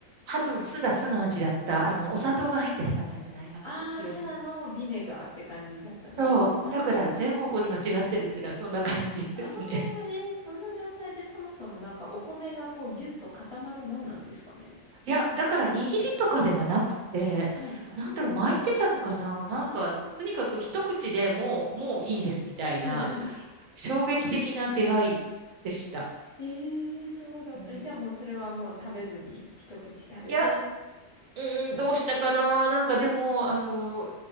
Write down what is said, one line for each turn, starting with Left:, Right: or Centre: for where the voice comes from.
Right: 多分酢が酢の味だった。あの、お砂糖が入ってなかったんじゃないかっていう気がします。
Left: あー、ただのビネガーって感じだったんですね。
Right: そう。
Left: あー、
Right: だから、全方向に間違ってるっていうのはそんな感じですね。
Left: あー、えー、そんな状態でそもそもなんかお米がこうギュッと固まるもんなんですかね。
Right: <laughs> いや、だから、握りとかではなくて、
Left: はいはい。
Right: なんだろう、巻いてたのかななんか、
Left: ああ、
Right: とにかく一口でもう、もういいですみたいな、
Left: <laughs>
Right: 衝撃的な出会いでした。
Left: ええそうだった。
Right: うん、
Left: えじゃあもうそれはもう食べずに一口食べて。
Right: いや、うーん、どうしたかななんかでも、あの、
Left: うん。